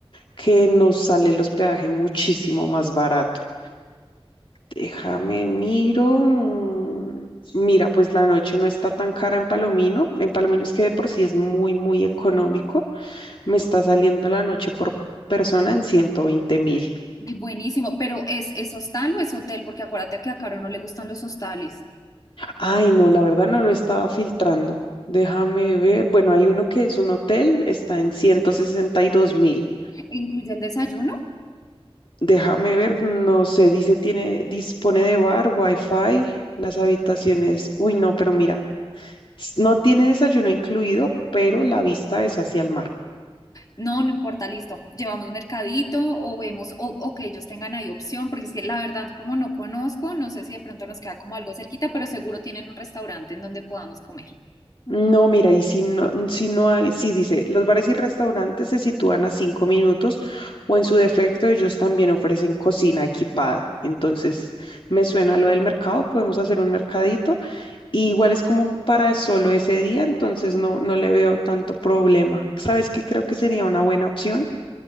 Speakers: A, on the left (about 60°); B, on the left (about 40°).
A: que nos sale el hospedaje muchísimo más barato. Déjame miro. mm, Mira, pues la noche no está tan cara en Palomino. En Palomino es que de por sí es muy, muy económico. Me está saliendo la noche por persona en ciento veinte mil.
B: Ay, Buenísimo, pero ¿es, es hostal o es hotel? Porque acuérdate que a Caro no le gustan los hostales.
A: Ay, no, la verdad no lo estaba filtrando. Déjame ver. Bueno, hay uno que es un hotel, está en ciento sesenta y dos mil.
B: incluye el desayuno.
A: Déjame ver, no sé, dice tiene, dispone de bar, wifi, las habitaciones. Uy, no, pero mira, s- no tiene desayuno incluido, pero la vista es hacia el mar.
B: No, no importa, listo. Llevamos mercadito o vemos o, o que ellos tengan ahí opción, porque es que la verdad, como no conozco, no sé si de pronto nos queda como algo cerquita, pero seguro tienen un restaurante en donde podamos comer.
A: No, mira, y si no, si no hay, sí dice, los bares y restaurantes se sitúan a cinco minutos o en su defecto ellos también ofrecen cocina equipada. Entonces, me suena lo del mercado, podemos hacer un mercadito. Y igual es como para solo ese día, entonces no, no le veo tanto problema. ¿Sabes qué creo que sería una buena opción?